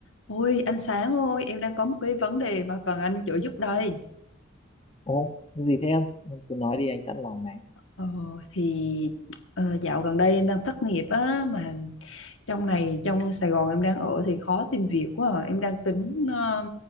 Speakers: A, on the left; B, on the left.
A: Ôi anh Sáng ơi, em đang có một cái vấn đề mà cần anh trợ giúp đây.
B: Ồ, cái gì thế em? Em cứ nói đi anh sẵn lòng này.
A: Ờ, thì ờ, dạo gần đây em đang thất nghiệp á mà trong này trong Sài Gòn em đang ở thì khó tìm việc quá à. Em đang tính ờ,